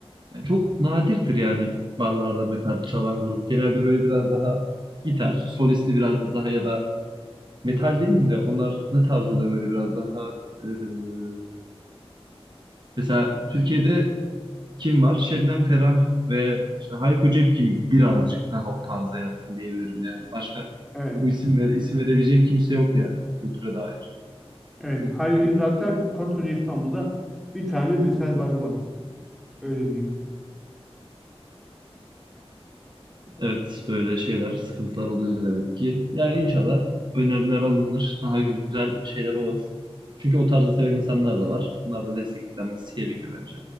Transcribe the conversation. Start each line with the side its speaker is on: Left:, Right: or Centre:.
Right: yani çok nadirdir yani barlarda metal çalan grup. Genelde böyle biraz daha gitar, solisti biraz daha ya da metal demeyeyim de onlar ne tarz oluyor böyle biraz daha eee, mesela Türkiye'de Kim var? Şebnem Ferah ve işte Hayko Cepkin birazcık daha o tarza yatkın diyebilirim yani. Başka
Centre: Evet.
Right: bu isim ver, isim verebileceğim kimse yok yani bu kültüre dair.
Centre: Evet. Hayır, zaten koskoca İstanbul'da bir tane metal barı var. Öyle diyeyim.
Right: Evet böyle şeyler, sıkıntılar oluyor demek ki. Yani inşallah önlemler alınır, daha güzel şeyler olur. Çünkü o tarzı seven insanlar da var. Bunlar da desteklenmesi gerekiyor bence.